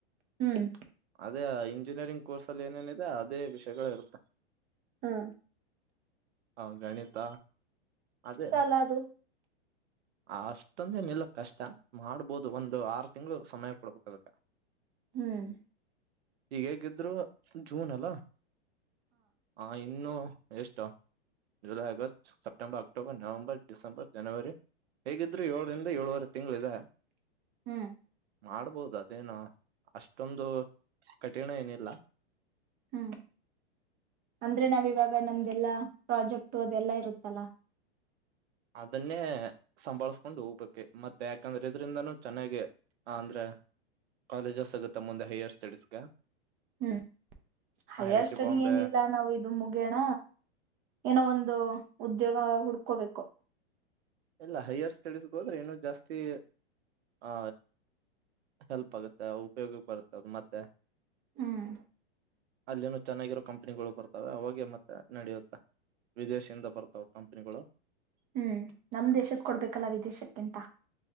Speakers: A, on the right (about 25°); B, on the right (about 75°).
A: ಹ್ಮ್
B: ಅದೇ ಇಂಗ ಇಂಜಿನಿಯರಿಂಗ್ ಕೋರ್ಸ ಅಲ್ಲಿ ಏನೇನಿದೆ ಅದೇ ವಿಷಯಗಳ ಇರುತ್ತೆ
A: ಹ್ಮ
B: ಹೌ ಗಣಿತ ಅದೇ
A: ಅಲ್ಲ ಅದು
B: ಅಷ್ಟೊಂದೇ ನಿಲ್ಲಕ್ ಕಷ್ಟ ಮಾಡ್ಬೋದು ಒಂದು ಆರು ತಿಂಗಳು ಸಮಯ ಕೊಡ್ಬೇಕಾದಕ್ಕ
A: ಹ್ಮ್
B: ಈ ಹೇಗಿದ್ರು ಜೂನ್ ಅಲ್ಲ ಹಾ ಇನ್ನುೂ ಎಷ್ಟು July August September October November December ಜನವರಿ ಹೇಗಿದ್ರರು ಏಳರಿಂದ ಏಳುವರೆ ತಿಂಗಳಿದೆ
A: ಹ್ಮ್
B: ಮಾಡ್ಬೋದು ಅದೇನು ಅಷ್ಟೊಂದು ಕಠಿಣ ಏನಿಲ್ಲ
A: ಹ್ಮ್ ಅಂದ್ರೆ ನಾವ ಇವಾಗ ನಮ್ದಲ್ಲಾ ಪ್ರಾಜೆಕ್ಟ ಅದೆಲ್ಲಾ ಇರುತ್ತಲ್ಲ
B: ಅದನ್ನೇ ಸಂಭಾಳ ಕಕೊಂಡ್ ಹೋಗ್ಬೇಕು ಮತ್ತೆ ಯಾಕಂದ್ರೆ ಇದ್ರಿಂದಾನೂ ಚೆನ್ನಾಗಾಗಿ ಅಂದ್ರೆ ಕಾಲೇಜಸ್ ಆಗುತ್ತ ಮುಂದೆ ಹೈಯರ್ ಸ್ಟಡೀಸ್ಗ
A: ಹ್ಮ್ higher
B: I I T
A: study
B: Bombay
A: ಏನಿಲ್ಲ ನಾವ್ ಇದು ಮುಗೇಣ ಏನೋ ಒಂದು ಉದ್ಯೋಗ ಹುಡ್ ಕುಕೋಬೇಕು
B: ಇಲ್ಲ ಹೈಯರ್ ಸ್ಟಡೀಸ್ಗೆ ಹೋದ್ರೆ ಇನ್ನುೂ ಜಾಸ್ತಿ ಹ ಹೆಲ್ಪ್ ಆಗುತ್ತೆ ಉಪಯೋಗಕ್ಕೆ ಬರುತ್ತೆ ಅದು ಮತ್ತೆ
A: ಹ್ಮ್
B: ಅಲ್ಲಿನ ಚೆನ್ನಾಗಿರೋ ಕಂಪ್ನಿಗಳು ಬರ್ತಾವೆ ಅವಾಗೆ ಮತ್ತೆ ನಡೆಯುತ್ತೆ ವಿದೇಶಿಯಿಂದ ಬರ್ತಾವ ಕಂಪ್ನಿಗಳು
A: ಹ್ಮ್ ನಮ್ ದೇಶದ ಕೊಡ್ಬೇಕಲ್ಲ ವಿದೇಶಕ್ಕೆಂತ